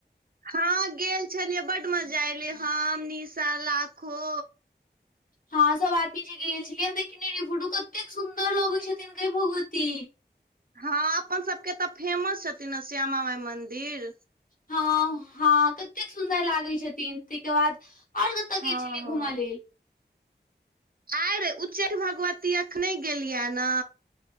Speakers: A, on the right; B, on the left.
A: हँ गेल छलियै बड मजा एले हम निशा लाखो
B: हँ सब आदमी जे गेल छैल ही ह देखने रहिय फोटो कतेक सुन्दर लगे छथिन गए भगवती
A: हँ अपन सभके त फेमस छथिन ने श्यामा माइ मंन्दिर
B: हँ हँ कतेक सुन्दर लागै छथिन ताहिके बाद आओर कतय
A: हँ
B: गेल छलियै
A: हँ
B: घूम लेल
A: आर उच्चै भगवती अखने गेलिय ने